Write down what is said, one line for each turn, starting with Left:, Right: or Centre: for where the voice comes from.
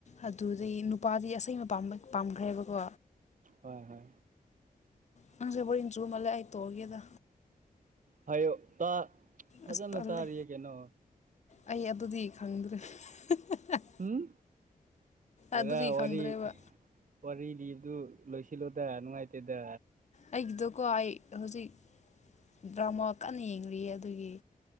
Left: ꯑꯗꯨꯗꯩ ꯅꯨꯄꯥꯗꯤ ꯑꯁꯦꯡꯕ ꯄꯥꯝꯕꯩ ꯄꯥꯝꯈ꯭ꯔꯦꯕꯀꯣ
Right: ꯍꯣꯏ ꯍꯣꯏ
Left: ꯅꯪꯁꯦ ꯕꯣꯔꯤꯡ ꯆꯨꯕ ꯃꯥꯜꯂꯦ ꯑꯩ ꯇꯣꯛꯑꯒꯦꯗ
Right: ꯍꯥꯏꯌꯣ ꯇꯥ ꯐꯖꯅ
Left: ꯑꯁ ꯇꯜꯂꯦ
Right: ꯇꯥꯔꯤꯌꯦ ꯀꯩꯅꯣ
Left: ꯑꯩ ꯑꯗꯨꯗꯤ ꯈꯪꯗ꯭ꯔꯦ <inaudible>
Right: ꯎꯝ ꯑꯦꯔꯥ
Left: ꯑꯗꯨꯗꯤ
Right: ꯋꯥꯔꯤ
Left: ꯈꯪꯗ꯭ꯔꯦꯕ
Right: ꯋꯥꯔꯤ ꯂꯤꯕꯗꯨ ꯂꯣꯏꯁꯤꯜꯂꯨꯗ ꯅꯨꯡꯉꯥꯏꯇꯦꯗ
Left: ꯑꯩꯒꯤꯗꯀꯣ ꯑꯩ ꯍꯧꯖꯤꯛ ꯗ꯭ꯔꯃꯥ ꯀꯟꯅ ꯌꯦꯡꯂꯤꯌꯦ ꯑꯗꯨꯒꯤ